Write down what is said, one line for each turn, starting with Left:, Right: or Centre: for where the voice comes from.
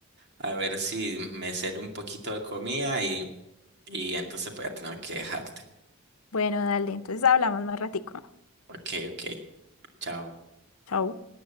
Right: a ver si me sirve un poquito de comida y, y entonces voy a tener que dejarte.
Left: Bueno, dale, entonces hablamos más ratico.
Right: Ok, ok, chao.
Left: Chau.